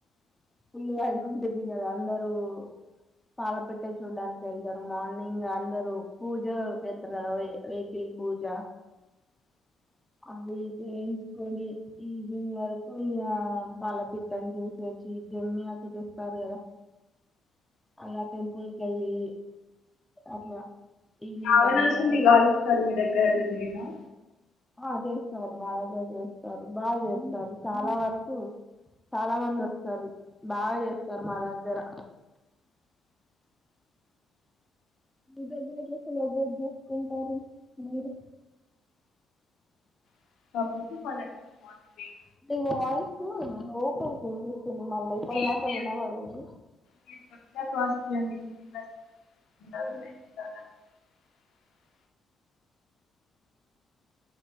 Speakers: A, in the centre; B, on the left.
A: పుల్లిగాయ పంటది కదా అందరుూ పాల పెట్టే చూడ్డానికి వెళ్తారు మార్నింగ్ అందరుూ పూజక వెళ్తారు కదా వెహకిల్ పూజ అది చేయించుకని ఈవింగ్ వరకు ఇంగ వాళ్ళ పిట్టని చూసేసి దున్ని అ చూపిస్తారు కదా అలా టెంపుల్ కి వెళ్ళి అట్లా ఈవినింగ్
B: అవునా
A: టైమ్
B: <unintelligible>
A: లో
B: మీ దగ్గర గర్ల <unintelligible>
A: ఆ చేస్తారు మా దగ్గర చేస్తారు బాగా చేస్తారు చాలా వరకు చాలా మంది వస్తారు బాగా చేస్తారు మా దగ్గర మీ దగ్గర ఎలా సెలెబ్రేట్ చేసుకుంటారు మీరు
B: <unintelligible>
A: అంటే వాయిస్ <unintelligible> సినిమల్ల ఇప్పుడు
B: సేమ్
A: దాకా
B: మీరు
A: వినబడింది
B: మీరు చెప్పిన ప్రాసెస్ అండి మీరు ఎట్లా <unintelligible>